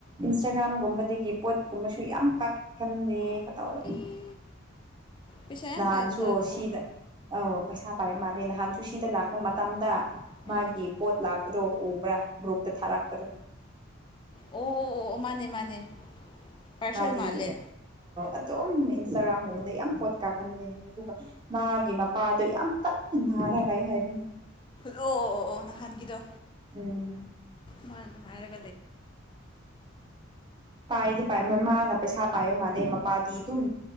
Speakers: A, on the right; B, on the left.
A: ꯏꯟꯁꯇꯥꯒ꯭ꯔꯥꯝꯒꯨꯝꯕꯗꯒꯤ ꯄꯣꯠꯀꯨꯝꯕꯁꯨ ꯌꯥꯝ ꯀꯀꯟꯗꯦ ꯀꯇꯧꯔ
B: ꯑꯩ ꯄꯩꯁꯥ ꯌꯥꯝ
A: ꯅꯍꯥꯟꯁꯨ
B: ꯄꯥꯏꯕ ꯖꯥꯠꯂꯣꯕꯣ
A: ꯁꯤꯗ ꯑ ꯄꯩꯁꯥ ꯄꯥꯏꯕ ꯃꯥꯜꯂꯦ ꯅꯍꯥꯟꯁꯨ ꯁꯤꯗ ꯂꯥꯛꯄ ꯃꯇꯝꯗ
B: ꯎꯝ
A: ꯃꯥꯒꯤ ꯄꯣꯠ ꯂꯥꯛꯄꯗꯣ ꯎꯕ꯭ꯔꯥ ꯒ꯭ꯔꯨꯞꯇ ꯊꯥꯔꯛꯄꯗꯣ
B: ꯑꯣ ꯑꯣ ꯑꯣ ꯃꯥꯅꯦ ꯃꯥꯅꯦ ꯄꯥꯔꯁꯦꯜ
A: ꯃꯥꯗꯤ
B: ꯃꯥꯜꯂꯦ
A: ꯑꯗꯨꯝ ꯏꯟꯁꯇꯥꯒ꯭ꯔꯥꯝꯒꯨꯝꯕꯗ ꯌꯥꯝ ꯄꯣꯠ ꯀꯥꯍꯂ ꯑꯗꯨꯒ ꯃꯥꯒꯤ ꯃꯄꯥꯗꯣ ꯌꯥꯝ ꯀꯟꯅ ꯅꯥꯔ ꯂꯩ ꯍꯥꯏꯕꯅꯤ
B: ꯑꯣ ꯑꯣ ꯑꯣ ꯑꯣ ꯅꯍꯥꯟꯒꯤꯗꯣ
A: ꯎꯝ
B: ꯃꯥ ꯅꯨꯡꯉꯥꯏꯔꯒ
A: ꯄꯥꯏꯗꯤ ꯄꯥꯏ ꯃꯃꯥꯅ ꯄꯩꯁꯥ ꯄꯥꯏ ꯑꯗꯩ ꯃꯄꯥꯇꯤ ꯑꯗꯨꯝ